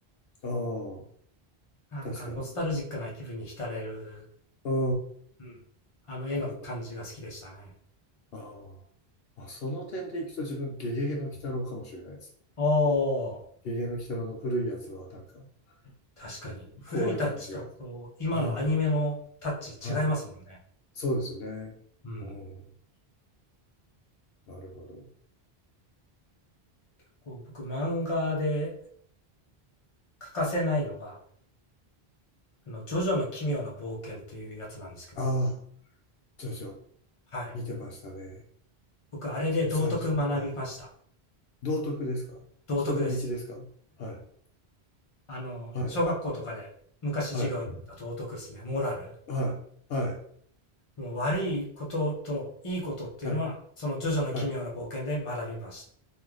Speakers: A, on the left; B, on the left.
A: ああ、
B: なんかノスタルジックな気分に浸れる、
A: 確かに。ああ、
B: うん、あの絵の感じが好きでしたね。
A: なるほど。あーあ、その点でいくと自分、ゲゲゲの鬼太郎かもしれないです。
B: おー。
A: ゲゲゲの鬼太郎の古いやつは、なんか、
B: 確かに。
A: あの、
B: 古いタッチと、
A: 怖い感じが。
B: こう、今のアニメのタッチ違いますもんね。
A: はい。はい。そうですよね。
B: うん。
A: うん。なるほど。
B: こう、僕、漫画で欠かせないのが、あの、ジョジョの奇妙な冒険っていうやつなんですけど、
A: ああー、ジョジョ、
B: はい。
A: 見てましたね。
B: 僕、あれで道徳学びました。
A: 自分、最初。はい。道徳ですか人の道ですかはい。
B: 道徳です。あの、
A: はい。
B: 小学校とかで昔授業にあった道徳ですね。
A: はい。
B: モラル。
A: はい。はい。
B: もう悪いことといいことっていうのは、
A: はい。
B: そのジョジョの奇妙な冒険で学びました。
A: はい。